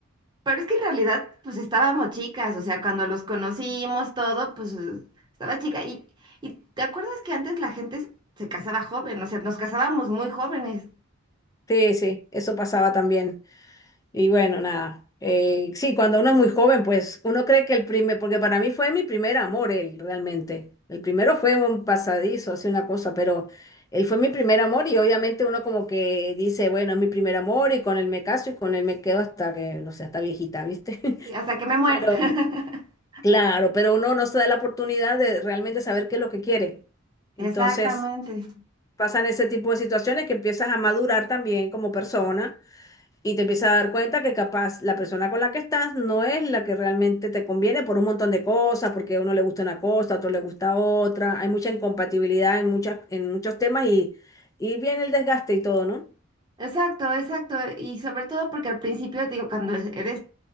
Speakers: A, on the right (about 20°); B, on the left (about 15°).
A: pero es que en realidad, pues estábamos chicas, o sea, cuando los conocimos todo, pues eh, estaba chica. Y, y ¿te acuerdas que antes la gente se casaba joven? O sea, nos casábamos muy jóvenes.
B: sí, sí, eso pasaba también. Y bueno, nada. Eh, sí, cuando uno es muy joven, pues uno cree que el primer, porque para mí fue mi primer amor, él realmente. El primero fue un pasadizo, así una cosa, pero él fue mi primer amor y obviamente uno como que dice, bueno, es mi primer amor y con él me caso y con él me quedo hasta que, no sé, hasta viejita, ¿viste? <laughs>
A: Y hasta que me muera.
B: Pero
A: <laughs>
B: claro, pero uno no se da la oportunidad de realmente saber qué es lo que quiere. Entonces
A: Exactamente.
B: pasan ese tipo de situaciones que empiezas a madurar también como persona y te empiezas a dar cuenta que capaz la persona con la que estás no es la que realmente te conviene por un montón de cosas, porque a uno le gusta una cosa, a otro le gusta otra. Hay mucha incompatibilidad en muchas, en muchos temas y, y viene el desgaste y todo, ¿no?
A: Exacto, exacto. Y sobre todo porque al principio, digo, cuando es- eres